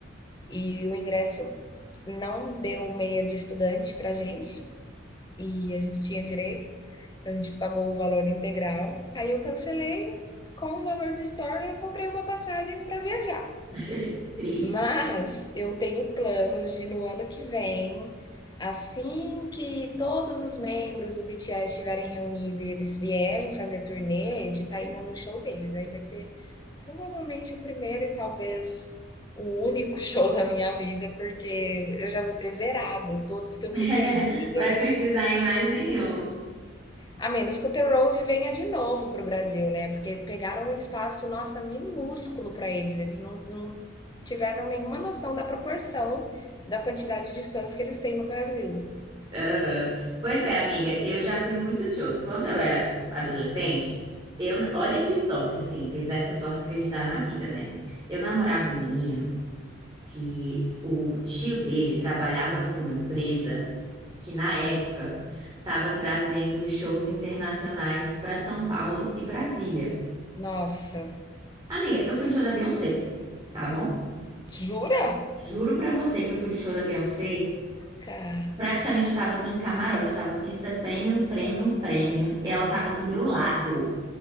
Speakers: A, on the left (about 20°); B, on the right (about 20°).
A: e o ingresso não deu meia de estudante pra gente e a gente tinha direito, então a gente pagou o valor integral. Aí eu cancelei, com o valor do store eu comprei uma passagem pra viajar.
B: <laughs> sim.
A: Mas eu tenho planos de no ano que vem, assim que todos os membros do BTS estiverem reunidos e eles vierem fazer turnê, de estar indo no show deles. Aí vai ser provavelmente o primeiro e talvez o único <laughs> show da minha vida, porque eu já vou ter zerado todos que eu
B: <laughs>
A: queria ir, entendeu?
B: Vai precisar em mais nenhum.
A: A menos que o The Rose venha de novo para o Brasil, né? Porque pegaram um espaço, nossa, minúsculo para eles. Eles não, não tiveram nenhuma noção da proporção da quantidade de fãs que eles têm no Brasil.
B: Aham. Pois é, amiga, eu já fui em muitos shows. Quando eu era adolescente, eu, na- olha que sorte, assim, tem certas sortes que a gente dá na vida, né? Eu namorava um menino. que o tio dele trabalhava por uma empresa que, na época, estava trazendo shows internacionais para São Paulo e Brasília.
A: Nossa,
B: Amiga, eu fui no show da Beyoncé, tá bom?
A: jura?
B: Juro pra você que eu fui no show da Beyoncé.
A: Caraca!
B: Praticamente eu tava no camarote, eu tava pista premium, premium, premium. Ela tava do meu lado.